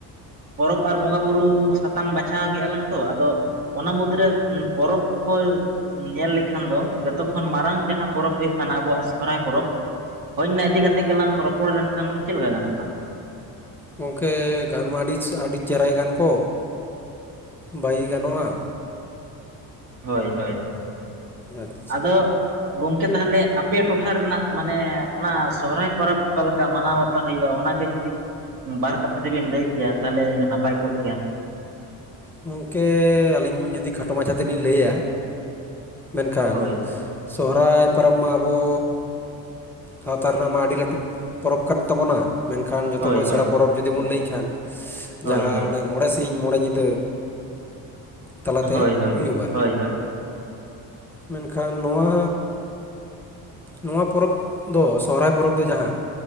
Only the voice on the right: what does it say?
ᱯᱚᱨᱚᱵᱽ ᱟᱨ ᱵᱚᱸᱜᱟ ᱵᱩᱨᱩ ᱥᱟᱛᱟᱢ ᱵᱟᱪᱷᱟᱣ ᱠᱮᱜᱼᱟ ᱞᱟᱝ ᱛᱚ ᱟᱫᱚ ᱚᱱᱟ ᱢᱩᱫᱨᱮ ᱯᱚᱨᱚᱵᱽ ᱠᱚᱭ ᱧᱮᱞ ᱞᱮᱠᱷᱟᱱ ᱫᱚ ᱡᱚᱛᱚᱠᱷᱚᱱ ᱢᱟᱨᱟᱝ ᱡᱟᱦᱟᱸ ᱯᱚᱨᱚᱵᱽ ᱦᱩᱭᱩᱜ ᱠᱟᱱᱟ ᱟᱵᱩᱣᱟᱜ ᱥᱚᱦᱚᱨᱟᱭ ᱯᱚᱨᱚᱵᱽ ᱦᱳᱭ ᱚᱱᱟ ᱤᱫᱤ ᱠᱟᱛᱮᱫ ᱜᱮᱞᱟᱝ ᱨᱚᱯᱚᱲ ᱞᱮᱱᱠᱷᱟᱱ ᱪᱮᱫ ᱞᱮᱠᱟ ᱜᱟᱱ ᱠᱚᱜᱼᱟ?
ᱦᱳᱭ ᱦᱳᱭ
ᱟᱫᱚ ᱜᱚᱝᱠᱮ ᱛᱟᱦᱚᱞᱮ ᱟᱯᱮ ᱴᱚᱴᱷᱟ ᱨᱮᱱᱟᱜ ᱢᱟᱱᱮ ᱚᱱᱟ ᱥᱚᱦᱨᱟᱭ ᱯᱚᱨᱚᱵᱽ ᱚᱠᱟᱞᱮᱠᱟ ᱢᱟᱱᱟᱣ ᱵᱟᱛᱟᱣ ᱦᱩᱭᱩᱜᱼᱟ? ᱚᱱᱟᱜᱮ ᱡᱩᱫᱤ ᱵᱟᱨ ᱠᱟᱛᱷᱟ ᱡᱩᱫᱤᱵᱤᱱ ᱞᱟᱹᱭ ᱠᱮᱭᱟ ᱛᱟᱦᱚᱞᱮ ᱱᱟᱯᱟᱭ ᱠᱚᱜ ᱠᱮᱭᱟ
ᱦᱳᱭ
ᱦᱳᱭ
ᱦᱳᱭ
ᱦᱳᱭ
ᱦᱳᱭ
ᱦᱳᱭ ᱦᱳᱭ
ᱦᱳᱭ ᱦᱳᱭ